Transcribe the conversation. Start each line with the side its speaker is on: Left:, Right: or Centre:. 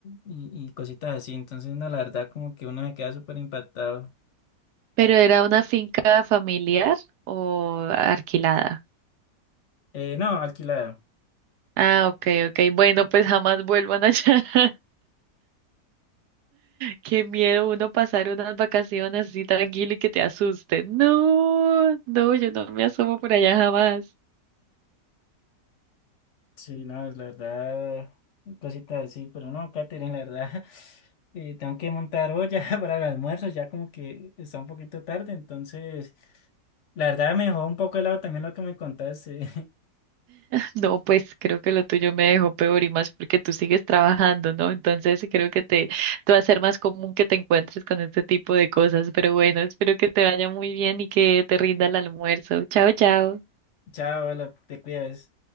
Left: y cositas así. Entonces, no, la verdad, como que uno se queda súper impactado.
Right: ¿Pero era una finca familiar o alquilada?
Left: Eh, no, alquilado.
Right: Ah, ok, ok. Bueno, pues jamás vuelvan allá. <laughs> Qué miedo uno pasar unas vacaciones así tranquilo y que te asusten. No, no, yo no me asomo por allá jamás.
Left: Sí, no, la verdad, cositas así, pero no, Katherine, la verdad, <laughs> eh, tengo que montar olla <laughs> para el almuerzo, ya como que está un poquito tarde, entonces, la verdad me dejó un poco helado también lo que me contaste.
Right: No, pues creo que lo tuyo me dejó peor y más porque tú sigues trabajando, ¿no? Entonces creo que te, te va a ser más común que te encuentres con este tipo de cosas. Pero bueno, espero que te vaya muy bien y que te rinda el almuerzo. Chao, chao.
Left: <laughs> Chao, hola, te cuidas.